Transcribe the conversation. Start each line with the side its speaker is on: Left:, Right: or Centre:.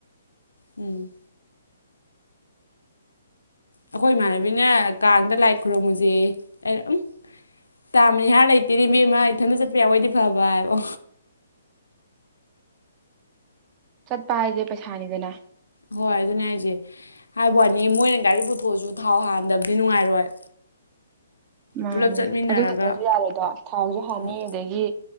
Left: ꯎꯝ ꯑꯈꯣꯏ ꯏꯃꯥꯟꯅꯕꯤꯅ ꯀꯥꯡꯗ ꯂꯥꯏ ꯈꯨꯔꯨꯝꯃꯨꯖꯦꯌꯦ ꯑꯩꯅ ꯎꯝ ꯇꯥꯝꯃꯅꯤꯍꯥꯔ ꯂꯩꯇꯦꯅꯦ ꯏꯕꯦꯝꯃ ꯏꯊꯟꯗ ꯆꯠꯄ ꯌꯥꯕꯑꯣꯏꯗꯤ ꯐꯕ ꯍꯥꯏꯕ
Right: ꯆꯠꯄ ꯍꯥꯏꯖꯦ ꯄꯩꯁꯥꯅꯤꯗꯅ
Left: ꯍꯣꯏ ꯑꯗꯨꯅꯦ ꯍꯥꯏꯖꯦ ꯍꯥꯏꯕ ꯋꯥꯅꯤ ꯃꯣꯏꯅ ꯒꯥꯔꯤ ꯄꯨꯊꯣꯛꯑꯁꯨ ꯊꯥꯎ ꯍꯥꯟꯗꯕꯗꯤ ꯅꯨꯡꯉꯥꯏꯔꯣꯏ
Right: ꯃꯥꯅꯦ
Left: ꯄꯨꯂꯞ ꯆꯠꯃꯤꯟꯅꯔꯒ
Right: ꯑꯗꯨ ꯈꯠꯇꯁꯨ ꯌꯥꯔꯣꯏꯗꯣ ꯊꯥꯎꯖꯨ ꯍꯥꯟꯅꯤ
Left: ꯍꯣꯏ
Right: ꯑꯗꯒꯤ